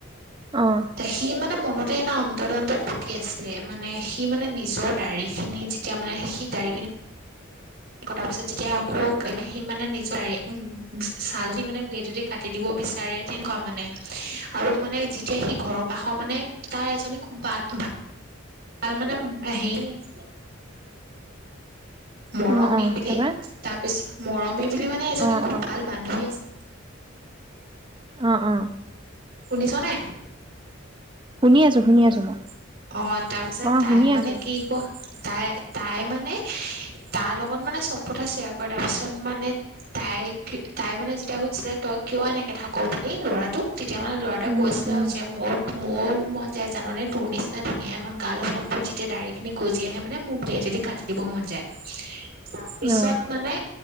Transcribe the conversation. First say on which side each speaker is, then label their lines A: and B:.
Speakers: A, on the right; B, on the right.
A: অ',
B: সি মানে মনতে এটা অন্তত অন্তত ভূকি আছিলে মানে সি মানে নিজৰ দাড়িখিনি যেতিয়া মানে সি দাড়ি খিনি ক তাৰ পিছত যেতিয়া আকৌ কালি সি মানে নিজৰ ছাল দি মানে ব্লেডদি কাটি দিব বিচাৰে তেনেকুৱা মানে আৰু মানে যেতিয়া সি ঘৰৰ কাষৰ মানে তাৰ এজনী খুব ভাল ভাল ভাল মানে হেৰি আ মৰম
A: অ',
B: তুমি
A: অ',
B: বুলি
A: তাৰপা?
B: তাৰ পিছত মৰম আমি বুলি মানে এজনী
A: অ',
B: খুব
A: অ'।
B: ভাল বান্ধৱী আছিল
A: অ অ
B: শুনিছ নে
A: শুনি আছোঁ,
B: শুনি
A: আছোঁ
B: ছো
A: মই।
B: অ তাৰপিছত
A: অ',
B: তাই
A: শুনি
B: মানে
A: আছোঁ।
B: কি ক তাই তাই মানে হে তাৰ লগত মানে চব কথা শ্বেয়াৰ কৰে তাৰ পাছত মানে তাইক তাই মানে যেতিয়া সুধিছিলে তই কিয় এনেকে থাক বুলি ল'ৰাটোক তেতিয়া মানে ল'ৰাটোৱে
A: উম,
B: কৈছিলে
A: উম,
B: আৰু যে মোৰ মোৰ মানে যে জাননে তোৰ নিচিনা ধুনীয়া এখন গাল হলে মোৰ যেতিয়া ড়াৰি খিনি গজি আহে মানে মোৰ ব্লেটদি কাটি দিব মন যায় তাৰপিছত
A: অ',
B: মানে